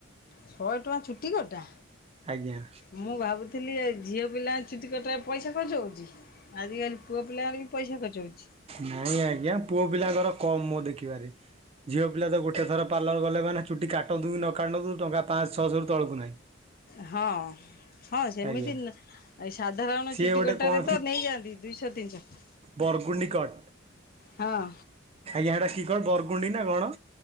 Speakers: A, on the left (about 50°); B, on the right (about 30°).
A: ଶହେ ଟଙ୍କା ଚୁଟି କଟା।
B: ଆଜ୍ଞା।
A: ମୁଁ ଭାବୁଥିଲି ଏ ଝିଅ ପିଲାଙ୍କ ଚୁଟି କଟାରେ ପଇସା ଖର୍ଚ୍ଚ ହେଉଛି। ଆଜିକାଲି ପୁଅପିଲାଙ୍କର ବି ପଇସା ଖର୍ଚ ହଉଛି।
B: ନାଇଁ ଆଜ୍ଞା ପୁଅ ପିଲାଙ୍କର କମ୍ ମୁଁ ଦେଖିବାରେ ଝିଅ ପିଲା ତ ଗୋଟେ ଥର ପାର୍ଲର ଗଲେ ମାନେ ଚୁଟି କାଟନ୍ତୁ କି ନ କାଟନ୍ତୁ ଟଙ୍କା ପାଞ୍ଚ ଛଅଶହରୁ ତଳକୁ ନାହିଁ।
A: ହଁ। ହଁ ସେମିତି
B: ଆଜ୍ଞା
A: ଏ ସାଧାରଣ
B: ସିଏ
A: ଚୁଟି
B: ଗୋଟେ
A: କଟାରେ
B: କଣ
A: ତ ନେଇଯାଆନ୍ତି ଦୁଇଶହ ତିନିଶହ।
B: ବରଗୁଣ୍ଡିକଟ।
A: ହଁ।
B: ଆଜ୍ଞା ହେଈଟା କି କଟ୍ ବରଗୁଣ୍ଡି ନା କଣ?